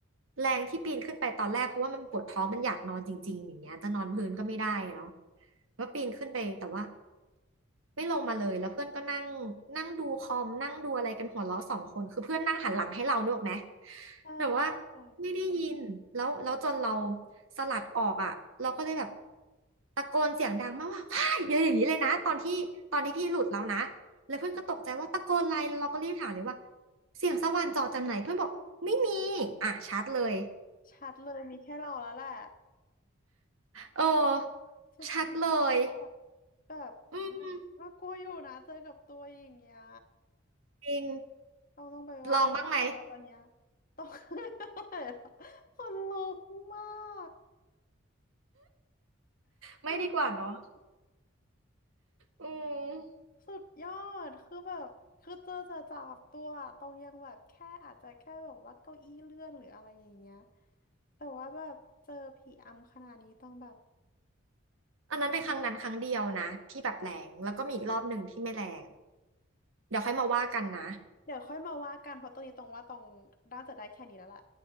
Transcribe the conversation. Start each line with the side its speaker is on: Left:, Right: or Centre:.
Right: แรงที่ปีนขึ้นไปตอนแรกเพราะว่ามันปวดท้องมันอยากนอนจริงๆอย่างเงี้ยจะนอนพื้นก็ไม่ได้อะเนาะก็ปีนขึ้นไปแต่ว่า ไม่ลงมาเลยแล้วเพื่อนก็นั่งนั่งดูคอมนั่งดูอะไรกันหัวเราะสองคนคือเพื่อนนั่งหันหลังให้เรานึกออกไหม
Left: ใช่เข้าใจ
Right: แบบว่าไม่ได้ยินแล้วแล้วจนเราสลัดออกอ่ะเราก็เลยแบบตะโกนเสียงดังมากว่าพ่ายอย่างนี้เลยนะตอนที่ตอนที่พี่หลุดแล้วนะแล้วเพื่อนก็ตกใจว่าตะโกนอะไรแล้วเราก็รีบถามเลยว่าเสียงสวรรค์เจาะจากไหนเพื่อนบอกไม่มีอ่ะชัดเลย
Left: ชัดเลยมีแค่เราแล้วแหละ
Right: เออ
Left: สุดยอ
Right: ชัดเลย
Left: ดแบบน่าน่ากลัวอยู่นะเจอกับตัวอย่างเงี้ย
Right: อืมจริง
Left: เราต้องไปไหว้พระแล้วตอนเนี้ย
Right: ลองบ้างไหม
Left: ต้อง <laughs> อะไรล่ะคนลุกมาก Oh
Right: ไม่ดีกว่าเนาะ
Left: my god
Right: อืม
Left: สุดยอดคือแบบ คือเจอจะจับตัวตรงยังแบบแค่อาจจะแค่แบบว่าเก้าอี้เลื่อนหรืออะไรอย่างเงี้ยแต่ว่าแบบเจอผีอำขนาดนี้ต้องแบบ
Right: อันนั้นเป็นครั้งนั้นครั้งเดียวนะที่แบบแรงแล้วก็มีอีกรอบหนึ่งที่ไม่แรงเดี๋ยวค่อยมาว่ากันนะ
Left: เดี๋ยวค่อยมาว่ากันเพราะตอนนี้ตรงว่าตรงน่าจะได้แค่นี้แล้วล่ะ